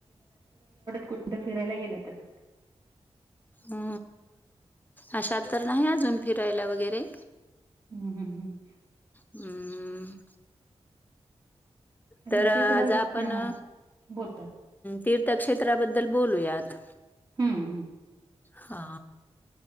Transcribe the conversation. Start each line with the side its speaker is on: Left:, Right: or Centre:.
Right: कुठ फिरायला गेल्या होत्या का?
Left: अ अश तर नाही अजून फिरायला वगैरे
Right: हम्म हम्म.
Left: हम्म. तर
Right: तुमच्या
Left: आज
Right: इकडं
Left: आपण
Right: हा
Left: अ
Right: बोलतात
Left: तीर्थ त्या क्षेत्राबद्दल बोलूयात.
Right: हम्म हम्म.
Left: हा.